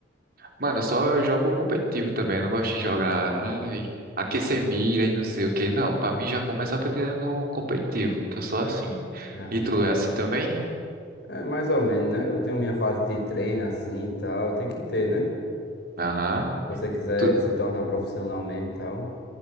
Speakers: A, on the right (about 60°); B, on the left (about 70°).
A: Mano, eu só jogo competitivo também. Eu não gosto de jogar, ai, aquecer mira e não sei o que. Não, pra mim já começa a partir no competitivo, que eu sou assim.
B: Ah,
A: E
B: entendi.
A: tu é assim também?
B: É mais ou menos, né? Eu tenho minha fase de treino assim e tal. Tem que ter, né? Se
A: Aham.
B: você quiser
A: Tu,
B: se tornar profissional mesmo e tal.